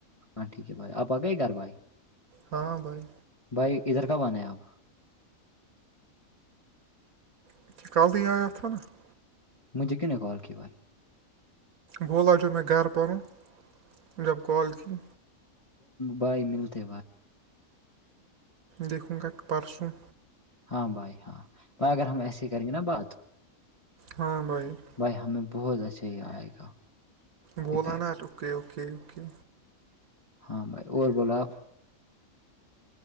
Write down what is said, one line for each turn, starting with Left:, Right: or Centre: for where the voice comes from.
Left: ہاں ٹھیک ہے بھائی آ گئے گھر بھائی
Right: ہاں بھائی
Left: بھائی ادھر کب آنا ہیں آپ
Right: <inaudible>
Left: مجھے کی نے کال کی بھائی
Right: بولالا جو میں گھر پروں جب کال کی
Left: بھائی ملتے
Right: دیکھوں گا پرسوں
Left: ہاں بھائی ہاں بھائی اگر ہم ایسے ہی کریں گے نا بات
Right: ہاں بھائی <unintelligible>
Left: بھائی ہمیں بہت اچھا یہ آئے گا
Right: بول
Left: افیکٹ
Right: آنا آر اوکے اوکے اوکے
Left: ہاں بھائی اور بولا آپ